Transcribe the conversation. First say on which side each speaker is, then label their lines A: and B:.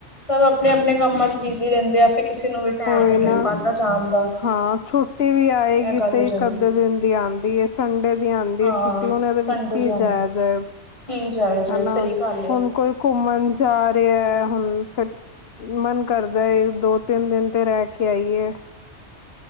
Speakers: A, on the left; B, on the left.
A: ਸਭ ਆਪਣੇ ਆਪਣੇ ਕੰਮਾਂ ਚ ਬਿਜ਼ੀ ਰਹਿੰਦੇ ਐ, ਫਿਰ ਕਿਸੇ ਨੂੰ ਵੀ ਟਾਈਮ
B: ਕੋਈ
A: ਨਹੀ ਮਿਲ
B: ਨਾ
A: ਪਾਦਾ ਜਾਣ, ਦਾ।
B: ਹਾਂ ਛੁੱਟੀ ਵੀ ਆਏਗੀ
A: ਇਹ ਗੱਲ
B: ਤੇ
A: ਹੋ
B: ਇੱਕ
A: ਜਾਂਦੀ
B: ਅੱਧੇ ਦਿਨ ਦੀ ਆਦੀ ਸੰਡੇ ਦੀ ਆਦੀ
A: ਹਾਂ
B: ਹੈ ਛੁੱਟੀ, ਹੁਣ ਇਹਦੇ ਵਿੱਚ
A: ਸੰਡੇ
B: ਕੀ
A: ਦੀ ਆਉਂਦੀ
B: ਜਾਇਆ ਜਾਏ
A: ਕੀ ਜਾਏ ਜਾਏ
B: ਹੈਨਾ
A: ਸਹੀ ਗੱਲ ਏ।
B: ਹੁਣ ਕੋਈ ਘੁੰਮਣ ਜਾ, ਅਰੇ ਐ ਹੁਣ ਫਿਰ ਮਨ ਕਰਦਾ ਦੋ ਤਿੰਨ ਦਿਨ ਉਥੇ ਰਹਿ ਕੇ ਆਈ ਐ।